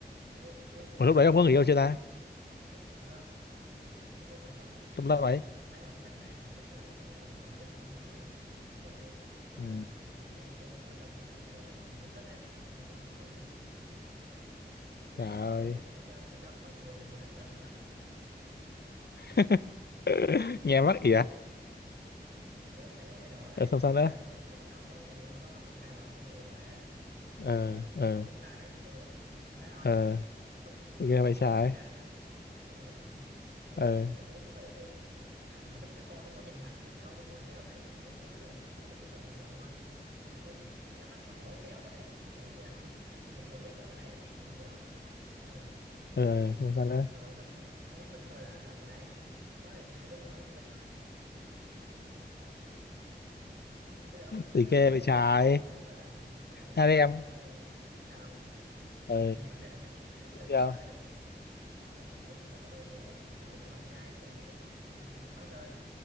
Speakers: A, on the right (about 75°); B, on the left (about 70°).
A: kiểu nguyên một đám
B: Ủa lúc đấy
A: người
B: ông
A: la
B: có người yêu
A: làng
B: chưa ta?
A: lúc đó tôi chưa lúc đấy tôi còn
B: Trong lớp ấy.
A: lá ngọc cành vàng lớp 11 hay hai là 10 gì đó tôi cũng không nhớ nữa lúc này tôi gọi
B: Ừ.
A: là đang đang gọi là trong giai đoạn gọi là nhiều đứa thích ấy nên là tôi không muốn có người
B: Trời ơi.
A: để cho để cho để cho có nhiều người thích hơn nữa <laughs>
B: <laughs>
A: kiểu,
B: Nghe
A: kiểu
B: mắc
A: ông thấy
B: ỉa.
A: kiểu ông thấy idol đấy
B: Ờ, xong sao
A: idol
B: nữa?
A: bây giờ kiểu người ta không có người yêu không có không công khai vợ không có người yêu là vậy ấy. kiểu
B: Ờ,
A: đây có thúc
B: ờ,
A: để hút thêm fan ấy thì tôi đó cũng như thế cũng như thế thôi
B: ờ.
A: kiểu không nếu
B: Thì
A: mà có
B: ghê vậy
A: cũng
B: trái.
A: không dám công khai nữa xong rồi <laughs> kiểu
B: Ờ,
A: ý là kiểu lúc đây là tôi ừ, lại mà lúc cái cô tôi có nhìn mặt được đâu tôi có nhìn thấy bạn đấy nhưng mà mấy mấy đứa bạn gần- đứng gần gần gần gần thôi xong rồi cứ nhắm mắt nhắm mũi kéo có thấy <laughs> khỉ gì đâu <laughs> nhưng mà tôi vẫn biết là bạn đấy là nghe giọng là biết rồi xong rồi
B: ờ, xong sao nữa?
A: bình thường xong các bạn đấy họ mới nhắn tin tôi là lớp bạn đấy có thêm hai đứa nữa cũng thích tôi <laughs> ý là bạn đấy,
B: Thì
A: bạn đấy
B: ghê
A: nhắn
B: vậy
A: tôi
B: trái.
A: nha bạn bạn đấy nhắn tôi là ê,
B: Hai
A: ê,
B: đứa
A: ấy
B: em.
A: ơi sao
B: Ờ,
A: hay gì mà <laughs>
B: tiếp
A: làm
B: theo.
A: gì tới xong kiểu mà nó nói tôi như vậy xong cái tôi hỏi là ai cái bạn đấy cũng nói tên